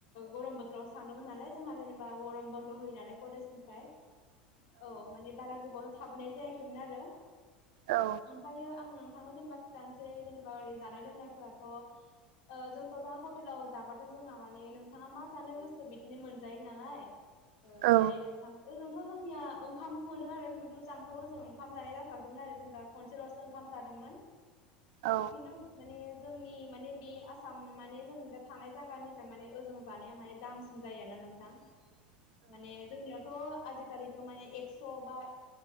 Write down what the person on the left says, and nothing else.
गरम बोथोरावसो थांदोंमोन नालाय जोंहा जेनेबा गरम बन्द होयोनालाय केजनिफ्राय औ माने बारा गोबाव थाबोनाय जायाखैमोन आरो
ओमफ्रायो आं नों थांनो जेनेबा खिथानोसै जेनेबा ओरै जानाय लोंनायफोराथ' जोंथ' दा हटेलाव जाबाथ' जोंहा माने नोंथाङा मा जानो गोसो बिदिनो मोनजायो नालाय
जेरै नोंथां ओजोंथ' जोंनिया ओंखाम मोनो आरो खिन्थु ओजांथ' ओजों ओंखाम जानाय जाथ'वाखैमोन आरो जेनेबा खनसेल'सो ओंखाम जादोंमोन
खिन्थु माने जोंनि माने बे आसाम माने जोंनि दा थानाय जायगानिफ्राय माने ओजों जानाया माने दामसिन जायोना नोंथां
माने जोंनियावथ' आजिखालिथ' माने एक्स' बा